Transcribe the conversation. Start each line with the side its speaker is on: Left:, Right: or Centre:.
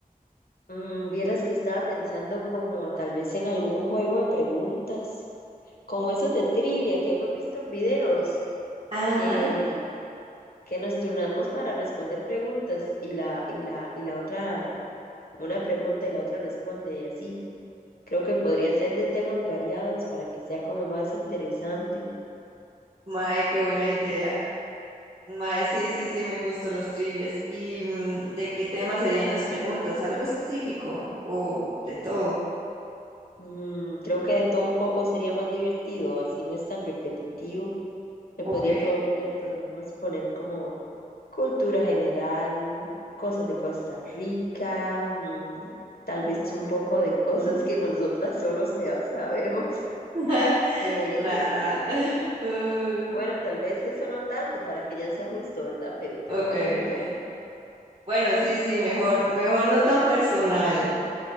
Left: Mm, vieras que estaba pensando como tal vez en algún juego de preguntas. como esos de trivia que hemos visto en videos,
Right: Ajá,
Left: que, que nos turnamos para responder preguntas y la, y la, y la otra, una pregunta y la otra responde y así. Creo que podría ser de temas variados para que sea como más interesante.
Right: mae, qué buena idea. Mae, sí, sí, sí, me gustan las trivias. ¿Y mm, de qué tema serían las preguntas? ¿Algo específico o de todo?
Left: Mm, creo que de todo un poco sería más divertido, así no es tan repetitivo. Le
Right: Ok.
Left: podría, pon- le podríamos poner como cultura general, cosas de Costa Rica, mm, tal vez un poco de cosas que nosotras solo sea- sabemos.
Right: <laughs>
Left: Eh,
Right: Rata. <laughs> Uy.
Left: bueno, tal vez eso no tanto para que ya sea justo, ¿verdad? Pero,
Right: Ok,
Left: pero va y variado.
Right: ok. Bueno, sí, sí, mejor, mejor no tan personal,